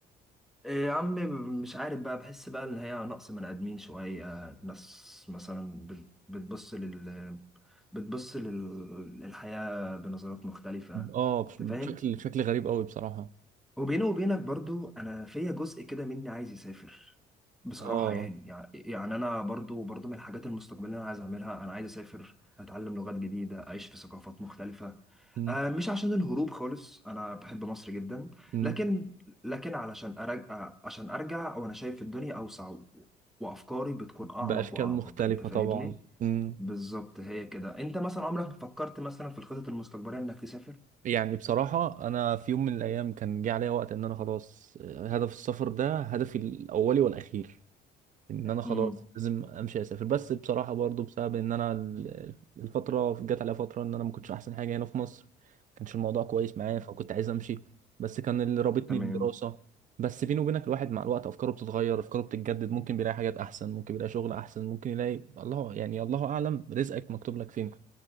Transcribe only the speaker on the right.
أه بش-
بشكل
بشكل غريب قوي بصراحة
اه
مم.
مم.
بأشكال
مختلفة
طبعا مم.
يعني بصراحة أنا في يوم من الأيام كان جه عليا وقت إن أنا خلاص آه، هدف السفر ده هدفي الأولي والأخير ان انا خلاص
لازم امشي اسافر بس بصراحه برضو بسبب ان انا ال- الفتره جت عليا فتره ان انا ما كنتش احسن حاجه هنا في مصر ما كانش الموضوع كويس معايا فكنت عايز امشي بس كان اللي رابطني
بالدراسه بس بيني وبينك الواحد مع الوقت افكاره بتتغير افكاره بتتجدد ممكن بيلاقي حاجات احسن ممكن يلاقي شغل احسن ممكن يلاقي الله يعني الله اعلم رزقك مكتوب لك فين